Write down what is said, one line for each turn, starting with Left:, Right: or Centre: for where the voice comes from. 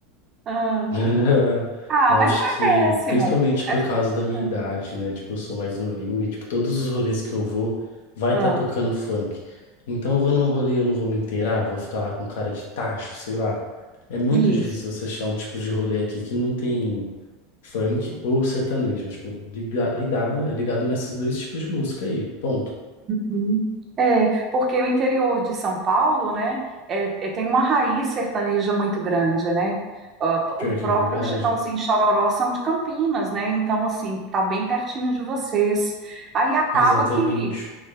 Right: ah,
Left: <laughs>
Right: ah,
Left: Eu
Right: mas
Left: acho
Right: não
Left: que,
Right: é péssimo.
Left: principalmente por
Right: A-
Left: causa da minha
Right: ah.
Left: idade, né? Tipo, eu sou mais novinho e, tipo, todos os rolês que eu vou, vai estar
Right: ah.
Left: tocando funk. Então, eu vou num rolê, eu não vou me inteirar, vou ficar lá com cara de tacho, sei lá. É muito
Right: Isso.
Left: difícil você achar um tipo de rolê aqui que não tem funk ou sertanejo. É, Tipo, liga, lidada, é ligado nesses dois tipos de música aí. Ponto.
Right: Uhum. É, porque o interior de São Paulo, né, é, é- tem uma raiz sertaneja muito grande, né? Ah, p-
Left: Pior
Right: o próprio
Left: que é verdade.
Right: Chitãozinho e Chororó são de Campinas, né? Então, assim, tá bem pertinho de vocês. Aí acaba
Left: Exatamente.
Right: que